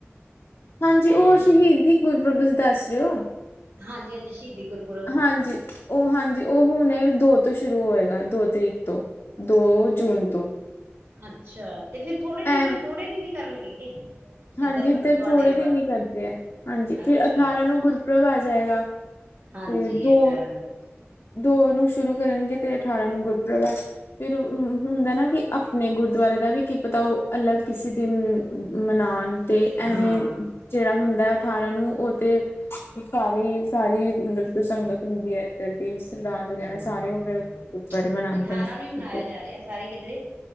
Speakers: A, on the left; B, on the right.
A: ਹਾਂਜੀ ਉਹ ਸ਼ਹੀਦੀ ਗੁਰਪ੍ਰਬ ਸੀ ਦੱਸ ਰਹੇ ਹੋ
B: ਹਾਂਜੀ ਹਾਂਜੀ ਸ਼ਹੀਦੀ ਗੁਰਪੁਰਬ ਦਾ
A: ਹਾਂਜੀ ਉਹ ਹਾਂਜੀ ਉਹ ਹੁਣ ਦੋ ਤੋਂ ਸ਼ੁਰੂ ਹੋਏਗਾ ਦੋ ਤਰੀਕ ਤੋਂ ਦੋ ਜੂਨ ਤੋਂ
B: ਅੱਛਾ ਤੇ ਫਿਰ ਥੋੜੇ ਦਿਨ
A: ਐ
B: ਹੀ ਥੋੜੇ ਦਿਨ ਹੀ ਕਰਨਗੇ <unintelligible>
A: ਹਾਂਜੀ
B: ਮਤਲਬ
A: ਇੱਧਰ
B: ਤੁਹਾਡੇ
A: ਥੋੜੇ
B: ਵਾਲੇ
A: ਦਿਨ
B: ਪਾਸੇ
A: ਹੀ ਕਰਦੇ ਹੈ ਹਾਂਜੀ
B: ਅੱਛਾ
A: ਫਿਰ ਅਠਾਰਾਂ ਨੂੰ ਗੁਰਪ੍ਰਬ ਆ ਜਾਏਗਾ
B: ਹਾਂਜੀ
A: ਤੇ ਦੋ
B: ਅਠਾਰਾਂ ਨੂੰ
A: ਦੋ ਨੂੰ ਸ਼ੁਰੂ ਕਰਨਗੇ ਤੇ ਅਠਾਰਾਂ ਨੂੰ ਗੁਰਪ੍ਰਬਾ ਫਿਰ ਹੁੰਦਾ ਨਾ ਕਿ ਆਪਣੇ ਗੁਰਦੁਆਰੇ ਦਾ ਵੀ ਕੀ ਪਤਾ ਉਹ ਅਲੱਗ ਕਿਸੇ ਦਿਨ ਮਨਾ ਤੇ
B: ਹਾਂ
A: ਐਵੇਂ ਜਿਹੜਾ ਹੁੰਦਾ ਅਠਾਰਾਂ ਨੂੰ ਉਹ ਤੇ ਸਾਰੇ ਸਾਰੀ ਮਤਲਬ ਜੋ ਸੰਗਤ ਹੁੰਦੀ ਹੈ ਏਦਾਂ ਦੀ ਸਰਦਾਰ ਵਗੈਰਾ
B: ਹਾਂ
A: ਸਾਰੇ ਉਹ ਫਿਰ ਗੁਰਦਆਾਰੇ ਮਨਾਣਦੇ
B: ਅਠਾਰਾਂ
A: ਨੇ
B: ਨੂੰ ਹੀ ਮਨਾਇਆ
A: <unintelligible>
B: ਜਾ ਰਿਹਾ ਸਾਰੇ ਕਿੱਧਰੇ